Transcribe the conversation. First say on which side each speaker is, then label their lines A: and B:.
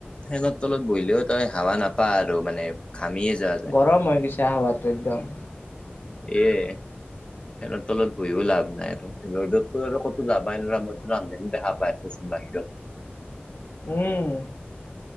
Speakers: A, on the left; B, on the left.
A: ফেনত তলত বহিলেও তই হাৱা নাপা আৰু মানে ঘামিয়ে যোৱা যায়
B: গৰম হৈ গৈছে আহাৱাতটো একদম
A: এয় ফেনৰ তলত বহিও লাভ নাই আৰু ৰ'দতো আৰু ক'তো যাবাই নো মইতো ৰান্ধে দেখা পাই ষ্টচন বাহিৰত
B: উম